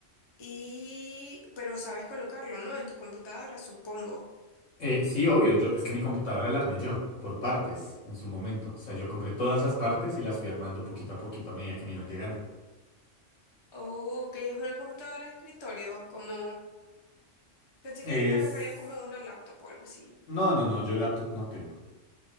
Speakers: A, on the left; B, on the left.
A: y pero sabes colocarlo, ¿no? En tu computadora, supongo.
B: Eh, sí, obvio, yo, es que mi computadora la armé yo, por partes, en su momento. O sea, yo compré todas las partes y las fui armando poquito a poquito a medida que me iban llegando.
A: Oh, que es una computadora de escritorio, como pensé que
B: Es...
A: te referías como a una laptop o algo así.
B: No, no, no, yo laptop no tengo.